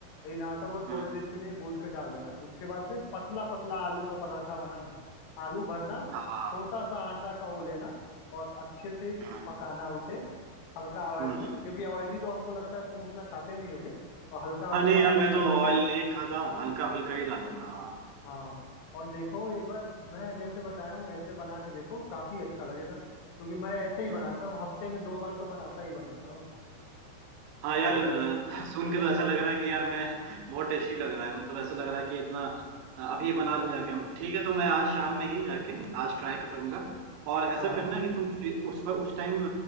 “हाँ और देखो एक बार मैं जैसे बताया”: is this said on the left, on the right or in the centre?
Left